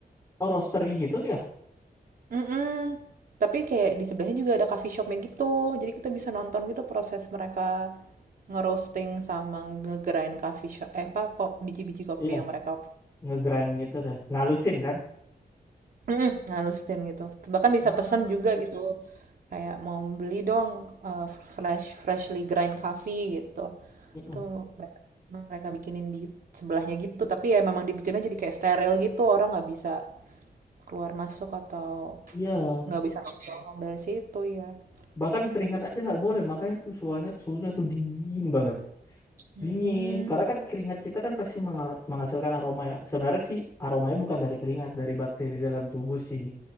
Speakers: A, on the left; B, on the right.
A: Oh, roastery gitu dia.
B: mm Tapi kayak di sebelahnya juga ada coffee shopnya gitu. Jadi kita bisa nonton gitu proses mereka ngerosting sama nge-grind coffee shop eh apa kok biji-biji kopi
A: Iya,
B: yang mereka
A: ngegrind gitu dah. Ngalusin kan?
B: Mhm, ngalusin gitu. Bahkan bisa
A: Ah,
B: pesan juga gitu. Kayak mau beli dong eh, fresh freshly grind coffee gitu.
A: Mm-mm.
B: tuh mereka mereka bikinin di sebelahnya gitu. Tapi ya memang dibikinnya jadi kayak steril gitu. Orang nggak bisa keluar masuk atau
A: Iya,
B: nggak bisa nongkrong dari situ ya.
A: bahkan keringat
B: Tadi.
A: aja nggak boleh, makanya tuh suhunya suhunya tuh dingin banget,
B: Hmm,
A: dingin. Karena kan keringat kita kan pasti menga- menghasilkan aroma ya. Sebenarnya sih aromanya bukan dari keringat, dari bakteri dalam tubuh sih.